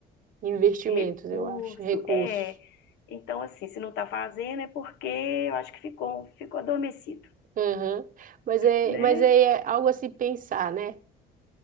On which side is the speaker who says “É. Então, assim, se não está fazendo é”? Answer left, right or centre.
Left